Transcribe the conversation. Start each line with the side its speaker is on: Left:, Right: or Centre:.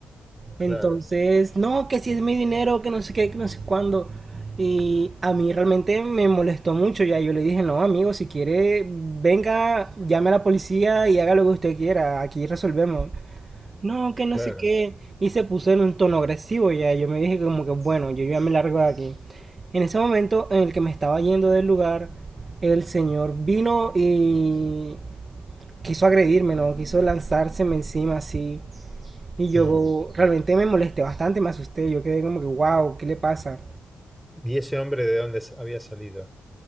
Centre: claro,
Right: Entonces, no, que si es mi dinero, que no sé qué, que no sé cuándo. Y a mí realmente me molestó mucho ya. Yo le dije, no, amigo, si quiere, venga, llame a la policía y haga lo que usted quiera. Aquí resolvemos. No, que no
Centre: claro.
Right: sé qué. Y se puso en un tono agresivo ya. Yo me dije como que, bueno, yo ya me largo de aquí. En ese momento en el que me estaba yendo del lugar, el señor vino y quiso agredirme, ¿no? Quiso lanzárseme encima así. Y yo
Centre: Mm.
Right: realmente me molesté bastante, me asusté, yo quedé como que, wow, ¿qué le pasa?
Centre: ¿Y ese hombre de dónde s- había salido?